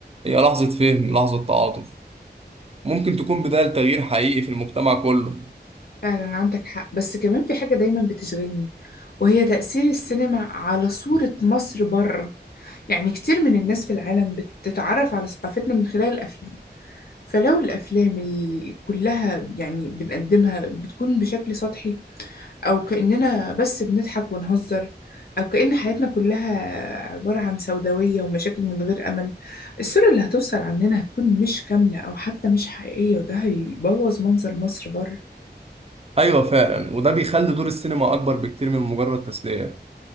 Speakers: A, on the right; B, on the left.
A: هي لحظة فهم لحظة تعاطف ممكن تكون بداية لتغيير حقيقي في المجتمع كله
B: فعلا عندك حق بس كمان في حاجة دايما بتشغلني وهي تأثير السينما على صورة مصر بره يعني كتير من الناس في العالم بتتعرف على ثقافتنا من خلال الأفلام فلو الأفلام ال- كلها يعني بنقدمها بتكون بشكل سطحي أو كأننا بس بنضحك ونهزر أو كأن حياتنا كلها عبارة عن سوداوية ومشاكل من غير أمل الصورة اللي هتوصل عننا هتكون مش كاملة أو حتى مش حقيقية وده هيبوظ منظر مصر بره
A: أيوة فعلا وده بيخلي دور السينما أكبر بكتير من مجرد تسلية